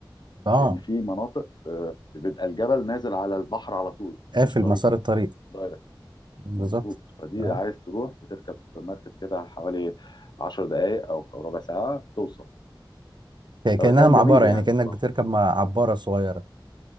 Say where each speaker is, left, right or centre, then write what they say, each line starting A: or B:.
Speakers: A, on the right; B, on the left.
A: اه
B: لان في مناطق بيبقى الجبل نازل على البحر على طول مفيش
A: قافل
B: طريق
A: مسار الطريق
B: دايركت
A: بالظبط
B: مظبوط فدي
A: اه
B: عايز تروح بتركب مركب كده حوالي 10 دقائق او ربع ساعه توصل
A: ك- كانها
B: فمكان
A: معبره
B: جميل يعني
A: يعني كانك
B: بصراحه
A: بتركب مع عباره صغيره